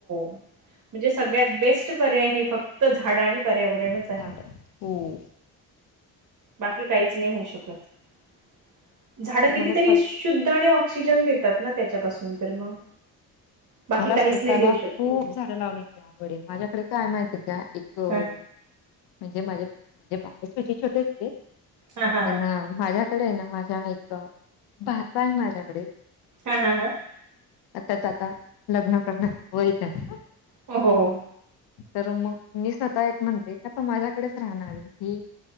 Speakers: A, on the right; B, on the left.
A: म्हणजे सगळ्यात बेस्ट पर्याय हे फक्त झाड आणि पर्यावरणच
B: झाड
A: आहे
B: हो
A: बाकी काहीच नाही होऊ शकत झाड
B: आणि
A: कितीतरी
B: मला स्व
A: शुद्ध आणि ऑक्सिजन देतात ना त्याच्यापासून तर मग बाकी
B: मला
A: काहीच
B: स्वतःला
A: नाही देऊ शकत
B: खूप झाडं लावण्याची आवड आहे माझ्याकडे काय माहितीय का एक म्हणजे
A: हा
B: माझे म्हणजे <unintelligible> छोटे छोटे <unintelligible>
A: हा हा
B: पण माझ्याकडे आहे ना माझा एक भाचा आहे माझ्याकडे
A: हा हा हा
B: आताच आता लग्न करण्यात वये तेच
A: हो हो हो
B: तर मग मी स्वतः एक म्हणते का तो माझ्याकडेच राहणार की